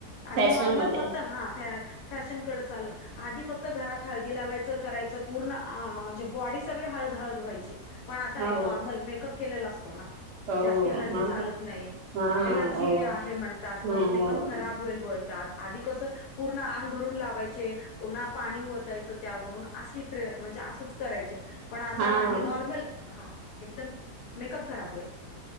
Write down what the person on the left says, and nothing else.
आधी
नॉर्मल
फक्त हा फ फॅशनकडे चाललं. आधी फक्त घरात हळदी लावायचं करायचं पूर्ण म्हणजे बॉडी सगळे हळद हळद व्हायची. पण आता
नाही नॉर्मल मेकअप केलेला असतो ना
जास्ती हळदी
चालत नाही.
एलर्जी
आहे म्हणतात
माझं मेकअप खराब होईल बोलतात आधी कसं पूर्ण आंग भरून लावायचे पु्हा पाणी ओतायच त्यावरून अ ट म्हणजे असंच कराय. पण आता
नाही नॉर्मल हा एकदम मेकअप खराब होईल.